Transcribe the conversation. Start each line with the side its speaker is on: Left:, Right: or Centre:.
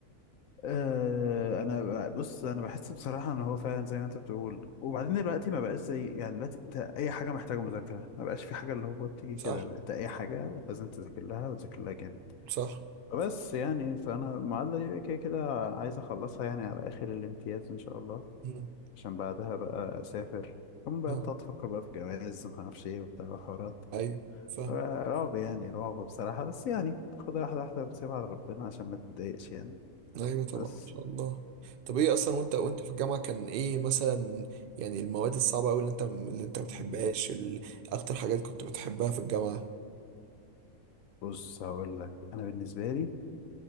Left: آه، انا ب- بص انا بحس بصراحه ان هو فعلا زي ما انت بتقول وبعدين دلوقتي ما بقاش زي يعني دلوقتي انت اي حاجه محتاجه مذاكره ما بقاش في حاجه اللي هو بتيجي
Right: صح
Left: كده لا انت اي حاجه لازم تذاكر لها وتذاكر لها جامد
Right: صح
Left: بس يعني فانا المعادله دي كده كده عايز اخلصها يعني على اخر الامتياز ان شاء الله
Right: مم.
Left: عشان بعدها بقى اسافر كمان بقى
Right: اه
Left: تقعد تفكر بقى في جواز ما اعرفش ايه وبتاع حوارات
Right: ايوه فاهم
Left: رعب يعني رعب بصراحة بس يعني خدها واحدة واحدة وسيبها على ربنا عشان ما تتضايقش يعني
Right: ايوه طبعا
Left: بس
Right: ان شاء الله طب ايه اصلا وانت وانت في الجامعه كان ايه مثلا يعني المواد الصعبه قوي اللي انت اللي انت ما بتحبهاش
Left: م-
Right: ال- اكتر حاجات كنت بتحبها في الجامعه
Left: بص هقول لك أنا بالنسبة لي